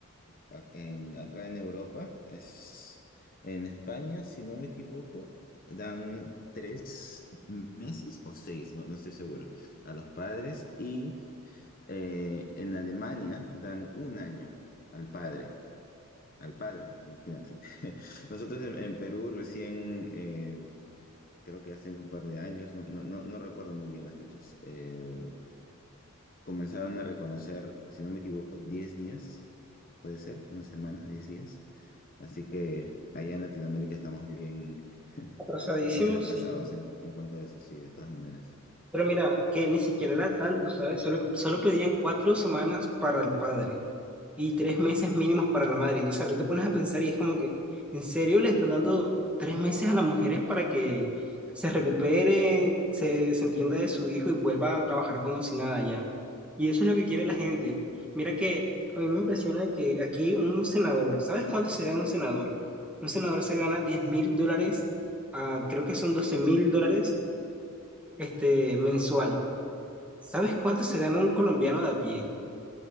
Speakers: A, on the left; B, in the centre.
A: a- en- acá en Europa, es, en España, si no me equivoco, dan tres meses o seis, no, no estoy seguro, a los padres y eh, en Alemania dan un año al padre. Al padre, imagínate. <laughs> Nosotros en, en Perú recién, eh, creo que hace un par de años, no, no, no, no recuerdo muy bien las fechas, eh, comenzaron a reconocer, si no me equivoco, 10 días, puede ser, una semana, 10 días. Así que allá en Latinoamérica estamos bien,
B: atrasadísimo,
A: bien retrasados
B: sí.
A: en, en cuanto a eso, sí, de todas maneras.
B: Pero mira, que ni siquiera era tanto, ¿sabes? Solo, solo pedían cuatro semanas para el padre y tres meses mínimos para la madre. O sea, tú te pones a pensar y es como que, ¿en serio le están dando tres meses a las mujeres para que se recupere, se, se entienda de su hijo y vuelva a trabajar como si nada ya? Y eso es lo que quiere la gente. Mira que a mí me impresiona que aquí un senador, ¿sabes cuánto se gana un senador? Un senador se gana diez mil dólares, ah, creo que son doce mil dólares este, mensual. ¿Sabes cuánto se gana un colombiano de a pie?